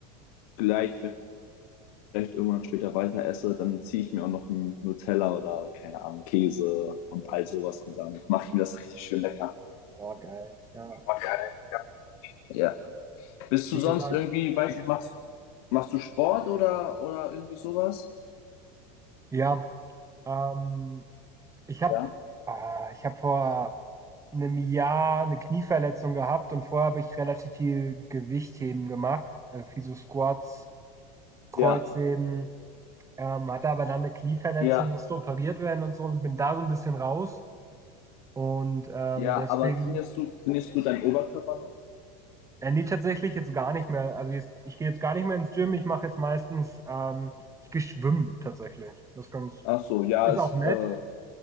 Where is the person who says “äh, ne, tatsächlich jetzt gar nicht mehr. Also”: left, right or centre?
Right